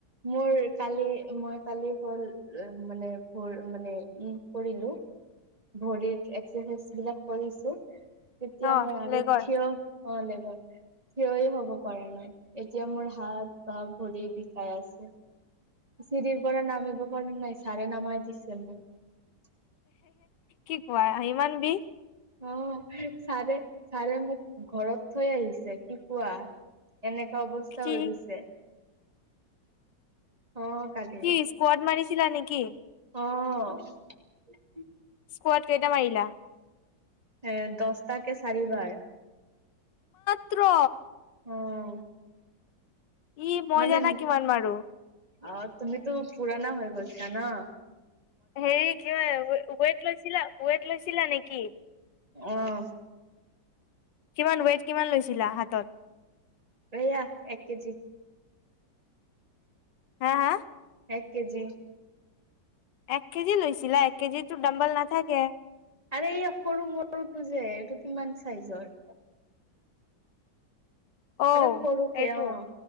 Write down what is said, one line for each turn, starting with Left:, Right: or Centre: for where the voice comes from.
Right: মোৰ কালি মই কালি হ'ল মানে ভোৰ মানে উ কৰিলো। ভৰি এক্সাৰচাইজ বিলাক কৰিছো। তেতিয়া
Left: অ
Right: মই আগত
Left: লেগৰ
Right: থিয় হোৱা লেগে থিয় হব পৰা নাই, এতিয়া মোৰ হাত বা ভৰি বিষাই আছে চিৰিৰ পৰা নামিব পৰা নাই ছাৰে নামাই দিছে মোক।
Left: কি কোৱা? ইমান বিষ
Right: অ', ছাৰে-ছাৰে মোক ঘৰত থৈ আহিছে কি কোৱা। এনেকোৱা অৱস্থা
Left: কি
Right: হৈ গৈছে। অ', কালি
Left: কি স্কোৱাড মাৰিছিলা নেকি? কি?
Right: অ',
Left: স্কোৱাড কেইটা মাৰিলা?
Right: এ দছটা কে চাৰিবাৰ।
Left: মাত্ৰ?
Right: অ'
Left: ই মই
Right: মানে
Left: জানা কিমান মাৰো?
Right: অ', তুমিতো পুৰণা হৈ গৈছা না।
Left: হেৰি কি হয় ৱেট লৈছিলা ৱেট লৈছিলা নেকি?
Right: উম,
Left: কিমান ৱেইট কিমান লৈছিলা হাতত?
Right: এইয়া এক কেজি।
Left: হা-হা,
Right: এক কেজি।
Left: এক কেজি লৈছা চিলা এক কেজিতো ডাম্বল নাথাকে।
Right: আৰু এই সৰু মৰুটো যে এইটো কিমান চাইজৰ?
Left: অ
Right: আ, সৰুকে
Left: এইটো
Right: অ',